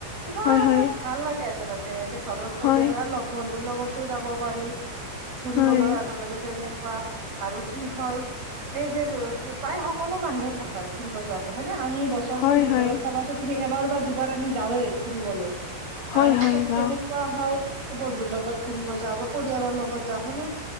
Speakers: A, on the right (about 50°); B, on the left (about 75°).
A: কিবা
B: হয়
A: এটা
B: হয়
A: ভাল লাগে আচলতে যে ঘৰৰ পৰিয়াল
B: হয়
A: আৰু লগ বন্ধুৰ লগতো যাব পাৰি ফুৰিবলৈ
B: হয়
A: আছ লগতে তেনেকুৱা আৰু কি হয়? এই যে, প্ৰায় সকলো মানুহে ভাল পায় ফুৰিব যোৱাতটো হয় নে, আমি বত বছৰটোৰ
B: হয়
A: ভিতৰত
B: হয়
A: চাবাচোন, তুমি এবাৰ বা দুবাৰ আমি যাঁওয়ে ফুৰিবলৈ
B: হয়
A: তাৰ
B: হয়
A: পিছত
B: যাওঁ
A: কেনে কোৱা হয় বন্ধুৰ লগত ফুৰিব যাওঁ বা পৰিয়ালৰ লগত যাওঁ হয়নে?